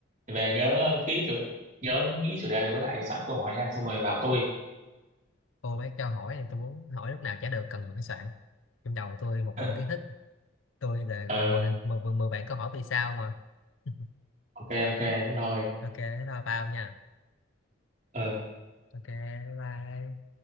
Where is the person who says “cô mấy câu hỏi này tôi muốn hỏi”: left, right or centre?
Left